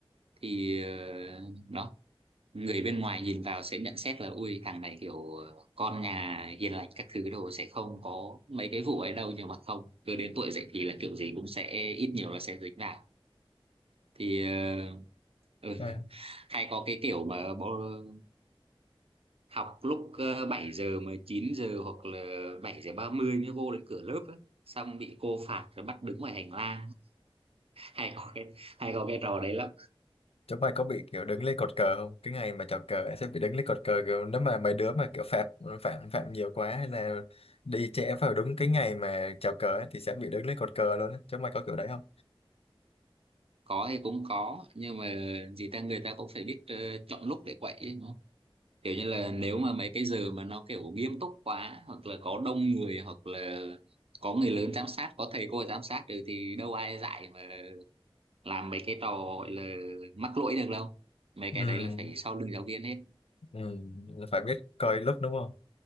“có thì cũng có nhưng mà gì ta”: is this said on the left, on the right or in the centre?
Right